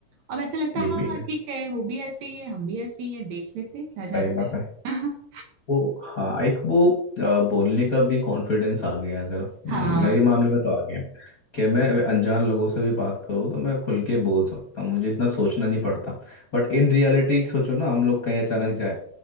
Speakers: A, on the right (about 70°); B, on the left (about 40°).
A: अब ऐसा लगता
B: ये
A: है हाँ
B: भी है
A: ठीक है वो भी ऐसे ही है हम भी ऐसे ही है देख लेते हैं क्या
B: सही
A: जाता
B: बात
A: है
B: है
A: <laughs>
B: वो हाँ एक वो आ, बोलने का भी कॉन्फिडेंस आ गया अगर हम्म,
A: हाँ
B: मेरे मामले में तो आ गया कि मैं अनजान लोगों से भी बात करूँ तो मैं खुल के बोल सकता हूँ मुझे इतना सोचना नहीं पड़ता बट इन रियलिटी सोचो ना हम लोग कहीं अचानक जाए